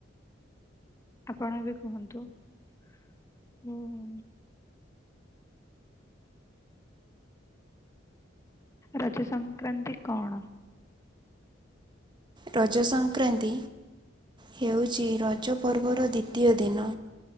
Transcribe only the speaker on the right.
ରଜ ସଂକ୍ରାନ୍ତି ହେଉଛି ରଜ ପର୍ବର ଦ୍ୱିତୀୟ ଦିନ।